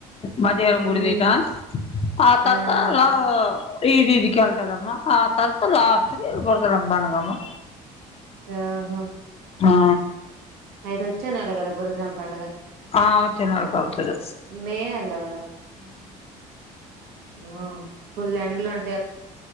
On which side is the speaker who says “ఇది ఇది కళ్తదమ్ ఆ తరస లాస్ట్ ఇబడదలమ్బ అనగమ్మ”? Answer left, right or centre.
Left